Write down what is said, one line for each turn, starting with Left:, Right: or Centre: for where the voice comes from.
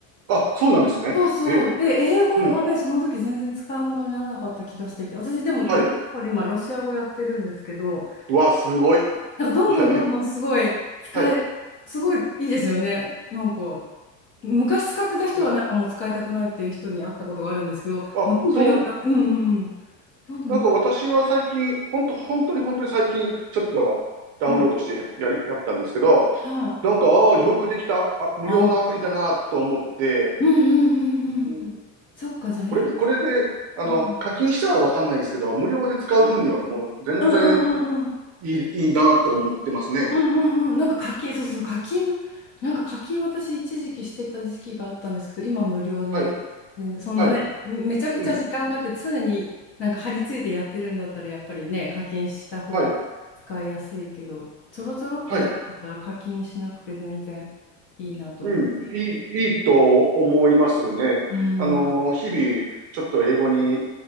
Right: あ、そうなんですね。
Left: そうそう。
Right: ええ。
Left: で、英語はね、
Right: うん。
Left: その時全然使い物にならなかった気がしてて、私でもデオリンで今ロシア語やってるんですけど、
Right: はい。うわ、すごい。
Left: なんかどんどんどんどんすごい使え、
Right: はい。はい。
Left: すごいいいですよね。なんか昔使ってた人はなんかもう使いたくないっていう人に会ったことがあるんですけど、
Right: うん。あ、
Left: もうどんどん良くなって、
Right: そう、
Left: うんうんうん。どんどんよく、
Right: なんか私は最近、ほんと、本当に本当に最近、ちょっとダウンロードしてやり、
Left: うん、
Right: やったんですけど、
Left: はい。
Right: なんか、ああ、よくできた、あ、無料のアプリだなと思って、
Left: あ、うんうんうんうんうん。
Right: うん、
Left: そっか、じゃあ英語。
Right: これで、これで、あの、
Left: うん
Right: 課金したらわかんないですけど、無料で使う分にはもう全然
Left: あうんうんうんうん。
Right: いい、いいなと思ってますね。
Left: うんうんうん。なんか課金、そうそう、課金、なんか課金私一時期してた時期があったんですけど、今無料で、
Right: はい、
Left: 全然そんなね、
Right: はい、
Left: めちゃくちゃ時間があって常になんか張り付いてやってるんだったらやっぱりね、
Right: うん、
Left: 課金した方が使いやすいけど、
Right: はい、
Left: ちょろちょろってやるんだったら課金しなくて全然いいなと思って。
Right: はい、うん、いい、いいと思いますね。
Left: うん。
Right: あの、日々、ちょっと英語に